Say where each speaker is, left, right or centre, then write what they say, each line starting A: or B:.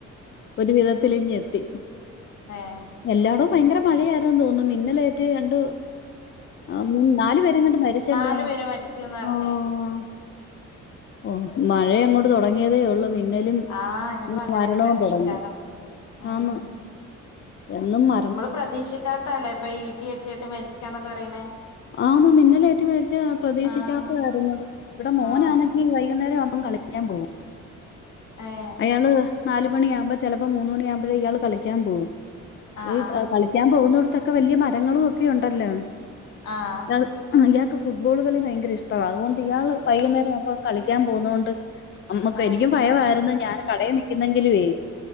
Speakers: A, on the left; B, on the left.
A: ഒരു വിധത്തില് ഇങ്ങ് എത്തി
B: ഏഹ്
A: എല്ലാടോം ഭയങ്കര മഴയായിരുന്നുന്ന് തോന്ന്ണ് മിന്നലേറ്റ് രണ്ട് ആഹ് നാലു പേരെങ്ങാണ്ട് മരിച്ചല്ലോ
B: നാലു പേര് മരിച്ചുന്ന് പറഞ്ഞ്
A: ആഹ് ആഹ് ആഹ് ഓ മഴയങ്ങോ ട്ട് തൊടങ്ങിയതേ ഒള്ള് മിന്നലും
B: ആഹ് ഇനിയിപ്പോ അങ്ങനെയൊക്കെ
A: മരണവും
B: തന്നെ
A: തൊടങ്ങി
B: ഇക്കാരം ഉം
A: ആന്ന് എന്നും മ
B: നമ്മള് പ്രതീക്ഷിക്കാത്താല്ലേ ഇപ്പൊ ഈ ഇടി വെട്ടിയിട്ട് മരിക്ക്യാന്നൊക്കെ പറയ്ന്നേ
A: ആന്ന് മിന്നലേറ്റ് മരിച്ചാ പ്രതീക്ഷിക്കാത്തതായിരുന്നു
B: ആഹ്
A: ഇവിടെ മോനാണെങ്കി
B: ആഹ്
A: വൈകുന്നേരം ആവുമ്പം കളി ക്ക്യാൻ പോവും
B: ഏഹ്
A: അയാള് നാല് മണിയാവ്മ്പ ചെലപ്പോ മൂന്ന് മണിയാവുമ്പഴേ ഇയാള് കളിക്കാൻ പോവും
B: ആഹ്
A: ഈ
B: ആഹ്
A: കളി ഞാൻ പോവുന്നിട്ത്തൊക്കെ വല്ല്യെ മരങ്ങളും ഒക്കെ ഉണ്ടല്ലോ
B: ആഹ്
A: ഇയാൾ ഇയാൾക്ക് ഫുട്ബോള് കളി ഭയങ്കര ഇഷ്ടമാണ് അതുകൊണ്ട് ഇയാൾ വൈകുന്നേരം ആവുമ്പം കളിക്കാൻ പോകുന്നുകൊണ്ട് അമ്മക്ക
B: ആഹ്
A: എനിക്കും ഭയമായിരുന്നു ഞാൻ കടയിൽ നി എന്നെങ്കിലുവെ
B: ആഹ്